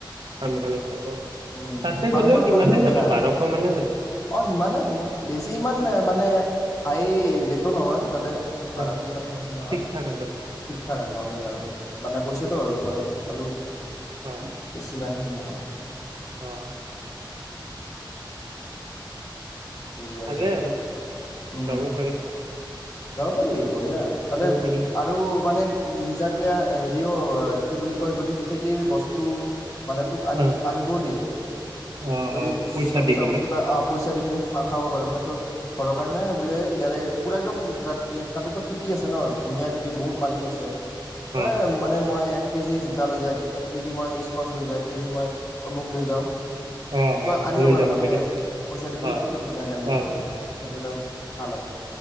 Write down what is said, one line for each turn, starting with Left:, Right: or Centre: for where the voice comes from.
Right: ফাৰ্মখনত যাব
Left: উম
Right: তাতে
Left: ফাৰ্মখন
Right: গ'লেও সিমানে
Left: ইমান ধুনীয়া।
Right: যাব বাৰশ মানে যাব
Left: অ', সিমানেই, সিমানে বেছি ইমান মানে হাই ৰেটো নহয় তাতে। ভাড়াটো
Right: অ
Left: ইমান বেছি নহয়,
Right: ঠিক ঠাক আৰু
Left: ঠিক ঠাক আৰু নৰ্মেল আৰু মানে পইচাটো মই হেল্ল'
Right: অ
Left: বেছি ইমান সেই নহয়। হয়।
Right: অ'।
Left: বঢ়িয়া
Right: ভালে
Left: আছে
Right: আৰু
Left: উম
Right: যাব পাৰি।
Left: যাব পাৰি বঢ়িয়া, তাতে
Right: পাৰিম
Left: আৰু মানে নিজাকে হেৰিও, কি বুলি কয় যদি খেতিৰ বস্তু মানে তোক আনি,
Right: অ
Left: আনিবও দিয়ে,
Right: অ
Left: যদি
Right: অ পইচা
Left: চা-চাব
Right: দি কেনে
Left: কিবা পইচা পইচা দি ফেলে খা-খাব পাৰ, মানে তই ঘৰৰ কাৰণে বোলে ইয়াৰে পুৰা একদম যাত-যে তাতে টো খেতি আছে ন। ধুনীয়া খেতি বহুত মাতি আছে, ত'
Right: অ
Left: মানে মই এক এক কেজি জিকা লৈ যাওঁ, এক কেজি মই স্কচ লৈ যাওঁ, এক কেজি মই অমুক লৈ যাওঁ
Right: অ
Left: তই
Right: অ
Left: আনিব
Right: লৈ
Left: পাৰ,
Right: যাব
Left: মানে
Right: পাৰি
Left: পইচা দি পেলাই
Right: অ
Left: হয় ধুনীয়াকৈ আনিব
Right: অ
Left: পাৰ, সেইটো এটা ভাল আৰু